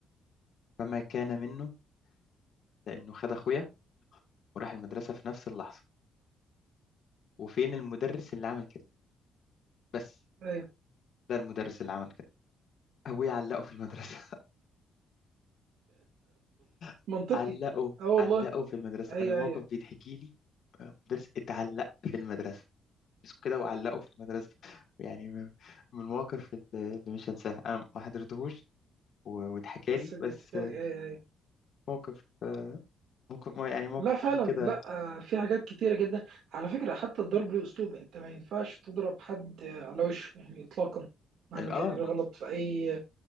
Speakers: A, on the left (about 60°); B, on the right (about 70°).
A: فما كان منه لأنه خد أخويا وراح المدرسة في نفس اللحظة وفين المدرس اللي عمل كده بس
B: ايوه
A: ده المدرس اللي عمل كده أبويا علقه في المدرسة <laughs>
B: منطقي
A: علقه
B: اه والله
A: علقه في المدرسة
B: ايوه
A: أنا الموقف
B: ايوه
A: بيتحكي لي آه، مدرس اتعلق في المدرسة كده وعلقه في المدرسة يعني من من المواقف اللي مش هنساها أنا ما حضرتهوش و- واتحكى
B: بس
A: لي
B: بيتحكي
A: بس
B: لك ايوه ايوه
A: موقف آه، موقف يعني موقف
B: لا فعلا
A: فيه كده
B: لا آه، في حاجات كتيرة جدا على فكرة حتى الضرب له اسلوب انت ما ينفعش تضرب حد آه، على وشه يعني اطلاقا مهما
A: اه
B: كان ايه الغلط في اي